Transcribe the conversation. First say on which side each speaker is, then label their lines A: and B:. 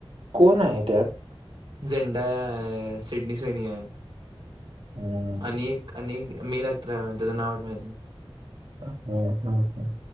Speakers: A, on the right; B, on the right.
A: कोण आहे त्यात
B: झेंडा सिडनी सनी आहे
A: हम्म
B: अनेक अनेक मीरक्ट्र नाव मा
A: हम्म हम् हम्.